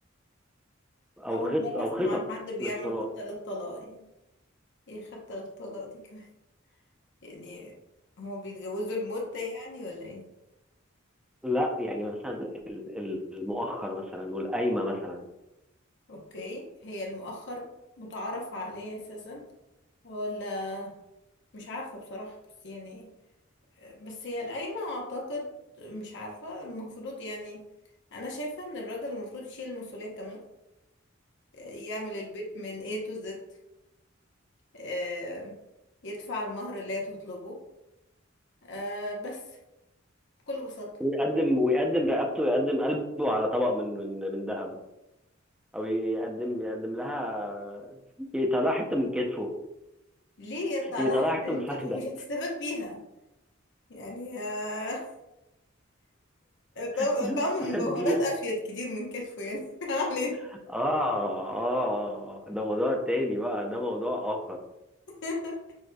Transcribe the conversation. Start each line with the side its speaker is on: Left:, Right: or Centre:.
Centre: او
Left: أول
Centre: خط
Left: مرة
Centre: او
Left: أسمع
Centre: خطط
Left: عن حد بيعمل
Centre: للطلاق
Left: خطة للطلاق يعني إيه خطة للطلاق دي كمان <laughs> يعني هو بيتجوزوا المدة يعني ولا إيه
Centre: لا يعني مثلا ال- ال- المؤخر مثلا والقايمة مثلا
Left: أوكي هي المؤخر متعارف عليه أساسا ولا مش عارفة بصراحة بس يعني بس هي القايمة أعتقد مش عارفة المفروض يعني أنا شايفة إن الراجل المفروض يشيل المسؤولية كاملة يعمل البيت من A to Z آه، يدفع المهر اللي هي تطلبه آه، بس بكل بساطة
Centre: يقدم ويقدم رقبته ويقدم قلبه على طبق من من من ذهب او يقدم يقدم لها يطلع حته من كتفه
Left: ليه يطلع
Centre: يطلع
Left: لها حتة
Centre: حته
Left: من
Centre: من الفخده
Left: كده ومش هتستفاد بيها يعني آه،
Centre: <laughs>
Left: طعم
Centre: مش
Left: طعم
Centre: هتستفاد
Left: مجوهرات
Centre: بيها
Left: أفيد كتير من كتفه يعني <laughs> ما علينا.
Centre: اه اه ده موضوع تاني بقى ده موضوع اخر
Left: <laughs>